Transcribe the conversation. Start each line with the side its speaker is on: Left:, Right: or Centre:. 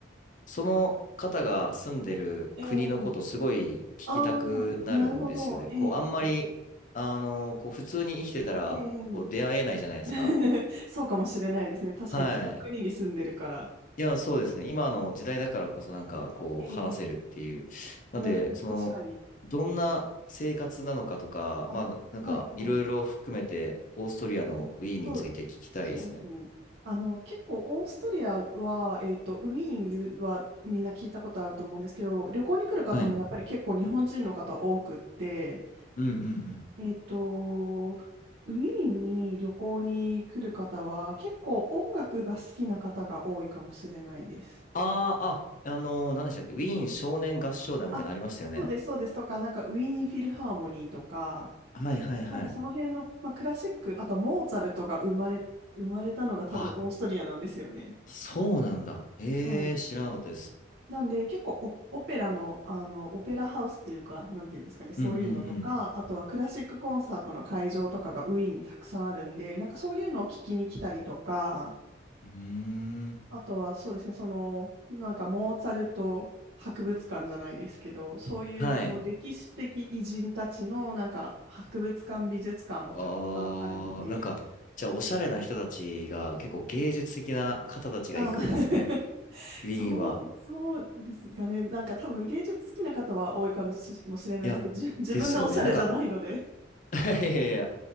Left: う、その方が住んでる国のことすごい聞きたくなるんですよね。
Right: えー、ああ、なるほど。えー、
Left: こう、あんまり、あの、こう、普通に生きてたら、
Right: えー。
Left: こう、出会えないじゃないですか。
Right: <laughs> そうかもしれないですね。確かに違う国に住んでるから。
Left: はい。いや、そうですね。今の時代だからこそなんか、こう、
Right: えー、
Left: 話せるっていう。なんで、
Right: なるほど、
Left: その、
Right: 確かに。
Left: どんな生活なのかとか、
Right: あ、
Left: まあ、なんか、
Right: はいはい。
Left: いろいろ含めて、オーストリアのウィーンについて聞きたいですね。
Right: そう、そうですね。あの、結構オーストリアは、えっと、ウィーンはみんな聞いたことあると思うんですけど、旅行に来る方もやっぱり結構日本人の方多くって、
Left: はい。うんうんうん。
Right: えっと、ウィーンに旅行に来る方は結構音楽が好きな方が多いかもしれないです。
Left: ああ、あ、あのー、何でしたっけ、ウィーン少年合唱団みたいなのありましたよね。
Right: あ、そうです、そうです。とか、なんかウィーンフィルハーモニーとか、
Left: はいはいはい。
Right: なんかその辺の、まあ、クラシック、あとモーツァルトが生まれ、生まれたのが多分オーストリアなんですよね。
Left: あ、そうなんだ。ええ、
Right: はい
Left: 知らなかったです。
Right: なんで結構オ、オペラの、あのオペラハウスっていうか、なんていうんですかね、そういうのとか、
Left: うんうん
Right: あとはクラシックコンサートの会場とかがウィーンにたくさんあるんで、なんかそういうのを聞きに来たりとか、
Left: うん。うーん。
Right: あとはそうですね、その、なんかモーツァルト博物館じゃないですけど、そういうこう歴史的偉人たちのなんか博物館、
Left: はい。
Right: 美術館もたくさんあるので、
Left: あー、なんか、じゃあ、おしゃれな人たちが、結構芸術的な方たちが行くんですね。
Right: あー <laughs>
Left: ウィーンは。
Right: そう、そうですかね。なんか多分芸術好きな方は多いかもし、もしれないですけど、
Left: いや、
Right: じ、<laughs> 自分がおしゃれじゃないので。
Left: ですよね。なんか、<laughs> いやいやいや、